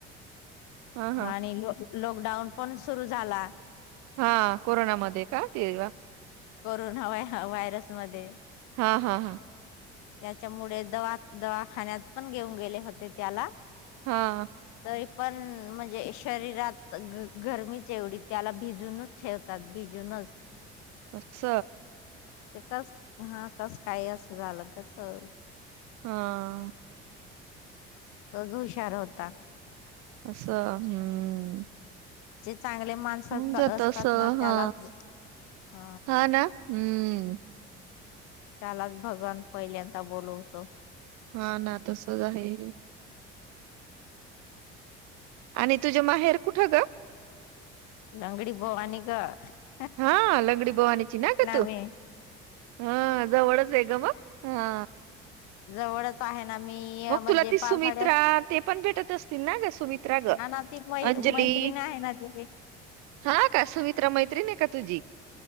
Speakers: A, on the right; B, on the left.
A: हा हा
B: आणि ल लॉकडाऊन पण सुरु झाला.
A: हा कोरोनामध्येध्ये का तेव्हा
B: कोरोना व्हायरस मध्ये
A: हा हा हा
B: त्याच्यामुळे दवा दवाखान्यात पण घेऊन गेले होते त्याला
A: हा
B: तरी पण म्हणजे शरीरात गरमीच एवढी त्याला भिजून ठेवतात बिजूनच
A: अस
B: ते कस हा कसकाय असं झालं का तर
A: हा
B: तोच हुशार होता.
A: अस हम्म.
B: जे चांगले माणस
A: होऊन
B: असतात
A: जात असं
B: ना त्यालाच
A: हा
B: ह
A: हा ना हम्म
B: त्यालाच भगवान पहिल्यांदा बोलवतो.
A: हा ना तसच आहे. आणि तुझ्या माहेर कुठं ग.
B: नागडी भोवानी गं
A: हा लंगडी बोवानीची ना ग तू
B: मी
A: हा जवळच आहे ग मग हा
B: जवळच आहे ना मी
A: मग
B: म्हणजे
A: तुला ती सुमित्रा
B: पावसाळ्यात
A: ते पण भेटत असतील ना ग सुमित्रा ग?
B: ना ना ती मै
A: अंजली
B: मैत्रिणी आहे ना ते
A: हा का सुमित्रा मैत्री नाही का तुझी?